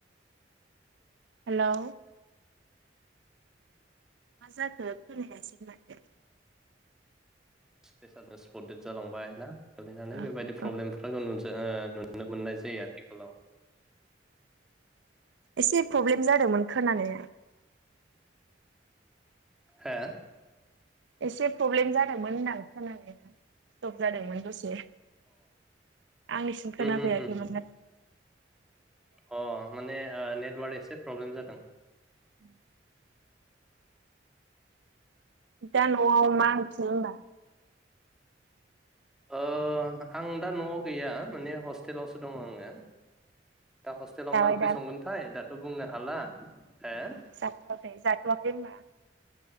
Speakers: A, on the right (about 80°); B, in the centre.
A: हेलौ? मा जाखो खोनायासै माथो?
B: <unintelligible> पडेट जालांबाय ना गोलैनानै
A: औ
B: बेबायदि प्रब्लेमफा
A: औ
B: <unintelligible> नुनो मोननाय जायो आथिखालाव।
A: एसे प्रब्लेम जादोंमोन खोनानाया।
B: हो?
A: एसे प्रब्लेम जादोंमोन होनदां खोनानाया। स्टप जादोंमोन। दसे आंनिसिम खोनाफैयाखैमोनना।
B: उम उम उम अ माने ओ नेटवर्क एसे प्रब्लेम जादों।
A: <inaudible> दा न'आव मा ओंख्रि होनबा?
B: ओ आं दा न'आव गैया माने हस्टेलावसो दङ आङो दा हस्टेलाव
A: जाबाय
B: मा ओंख्रि संगोनथाय दाथ' बुंनो ह हाला हो
A: अ जाथ'आखै जाथ'आखै होनबा?